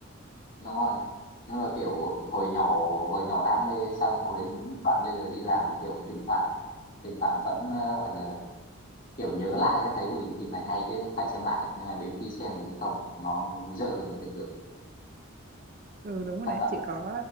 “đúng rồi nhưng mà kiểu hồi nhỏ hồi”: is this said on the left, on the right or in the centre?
Left